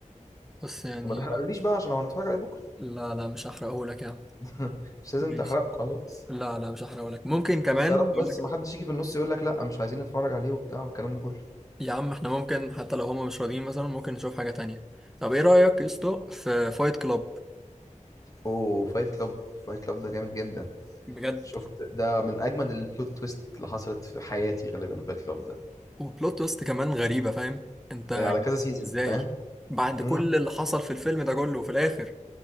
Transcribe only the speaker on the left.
طب ما تحرقليش بقى عشان لو هنتفرج عليه بكره
<laughs> مش لازم
تحرقه خلاص
بس يا رب
بس
ما حدش يجي في النص يقول لك لا مش عايزين نتفرج عليه وبتاع والكلام ده كله
اوه فايت كلاب فايت كلاب ده جامد جدا
شفت ده من اجمد البلوت تويست اللي حصلت في حياتي غالبا فايت كلاب ده
إيه، على كذا سيزون
فاهم
امم